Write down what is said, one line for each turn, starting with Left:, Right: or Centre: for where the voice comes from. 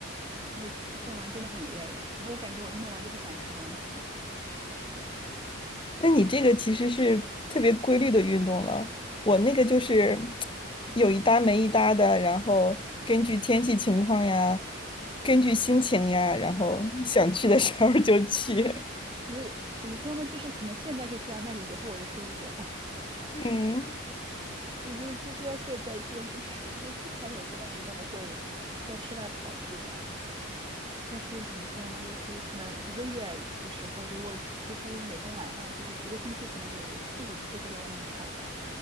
Right: 因为运动完真的很累，然后我感觉我运动完就不想吃东西，
Left: 那你这个其实是特别规律的运动了，我那个就是有一搭没一搭的，然后根据天气情况呀，根据心情呀，然后想去的时候就去。
Right: 因为怎么说呢，就是可能现在是这样，那你以后我也说不准吧。<laughs>
Left: <laughs> 嗯，
Right: 我觉得就是要贵在坚持，就之前有一段时间我会在室外跑步这样，但是怎么说呢，就是可能一个月的时候，就我几乎每天晚上就是一个星期可能有四五次会在外面跑吧。